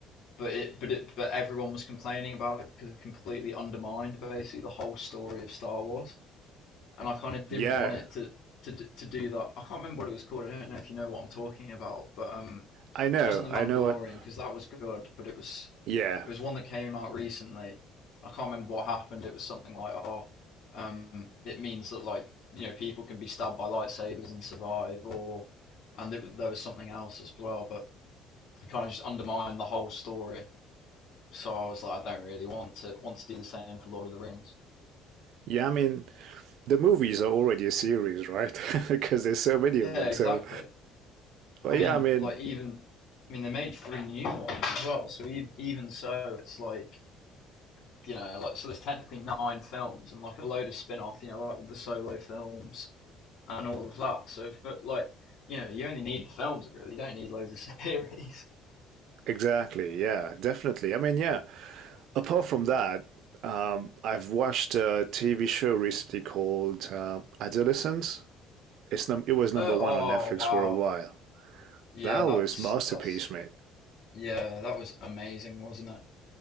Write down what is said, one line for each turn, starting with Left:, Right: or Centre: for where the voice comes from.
Left: but it, but it, but everyone was complaining about it because it completely undermined basically the whole story of Star Wars. and I kind of didn't
Right: Yeah,
Left: want it to to to do that. I can't remember what it was called. I don't know if you know what I'm talking about, but um,
Right: I know,
Left: it wasn't the
Right: I
Left: Mandalorian
Right: know what.
Left: because that was good, but it was
Right: Yeah,
Left: it was one that came out recently. I can't remember what happened. It was something like, oh, um, it means that like you know people can be stabbed by lightsabers and survive, or and there there was something else as well, but it kind of just undermined the whole story. So I was like, I don't really want to want to do the same for Lord of the Rings.
Right: Yeah, I mean, the movies are already a series, right? <laughs> Because there's so many
Left: Yeah,
Right: of them. So,
Left: exactly.
Right: but
Left: I mean,
Right: yeah, I mean,
Left: like even I mean they made three new ones as well. So even, even so, it's like you know, like so there's technically nine films and like a load of spin-off, you know, like with the solo films and all of that. So but, like you know, you only need the films really. You don't need loads of <laughs> series.
Right: exactly. Yeah, definitely. I mean, yeah. Apart from that, um, I've watched a TV show recently called uh, Adolescence. It's num it was number
Left: Uh,
Right: one
Left: oh
Right: on Netflix
Left: wow,
Right: for a while.
Left: yeah,
Right: That
Left: that's
Right: was masterpiece,
Left: that's
Right: mate.
Left: yeah, that was amazing, wasn't it?